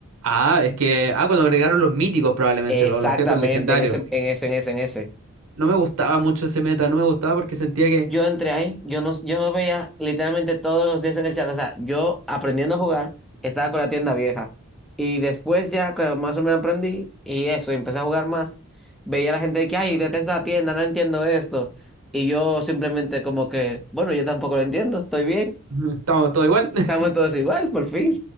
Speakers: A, on the right (about 80°); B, in the centre.
A: Ah, es que, ah, cuando agregaron los míticos probablemente,
B: Exactamente,
A: o los objetos legendarios.
B: en ese, en ese, en ese, en ese.
A: No me gustaba mucho ese meta, no me gustaba porque sentía que
B: Yo entré ahí, yo no, yo no veía literalmente todos los días en el chat, o sea, yo aprendiendo a jugar, estaba con la tienda vieja. Y después ya que más o menos aprendí y eso, y empecé a jugar más, veía a la gente de que, ay, detesto la tienda, no entiendo esto. Y yo simplemente como que, bueno, yo tampoco lo entiendo, estoy bien,
A: <laughs> estábamos todo igual. <laughs>
B: estamos todos igual, por fin.